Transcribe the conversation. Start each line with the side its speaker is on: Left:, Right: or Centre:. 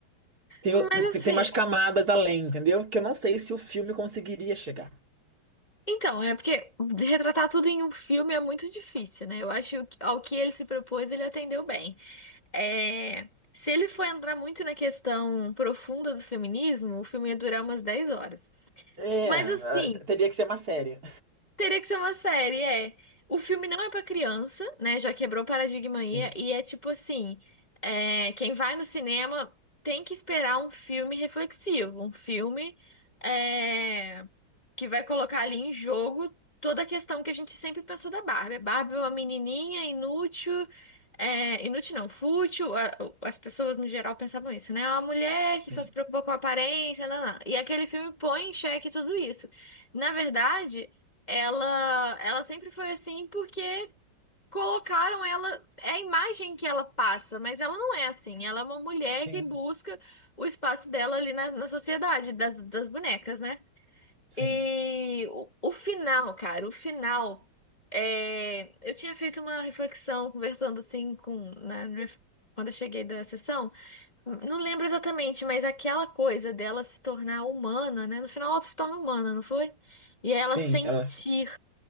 Right: tem,
Left: Mas
Right: o- tem
Left: assim,
Right: tem mais camadas além, entendeu? Que eu não sei se o filme conseguiria chegar.
Left: então, é porque retratar tudo em um filme é muito difícil, né? Eu acho que ao que ele se propôs, ele atendeu bem. É, se ele for entrar muito na questão profunda do feminismo, o filme ia durar umas 10 horas.
Right: É,
Left: Mas
Right: ah,
Left: assim,
Right: teria que ser uma série.
Left: Teria que ser uma série, é. O filme não é pra criança, né? Já quebrou o paradigma aí.
Right: Sim,
Left: E é tipo assim: é, quem vai no cinema tem que esperar um filme reflexivo, um filme é, que vai colocar ali em jogo toda a questão que a gente sempre pensou da Barbie. A Barbie é uma menininha inútil, é, inútil não, fútil. a- as pessoas no geral pensavam isso, né? É uma mulher que
Right: sim,
Left: só se preocupa com a aparência, não, não. E aquele filme põe em xeque tudo isso. Na verdade. Ela, ela sempre foi assim porque colocaram ela, é a imagem que ela passa, mas ela não é assim. Ela é uma mulher
Right: sim,
Left: que busca o espaço dela ali na, na sociedade das, das bonecas, né?
Right: sim,
Left: E o, o final, cara, o final. é, eu tinha feito uma reflexão conversando assim com na, minha- quando eu cheguei da sessão. Não lembro exatamente, mas aquela coisa dela se tornar humana, né? No final ela se torna humana, não foi? E ela
Right: sim,
Left: sentir
Right: ela.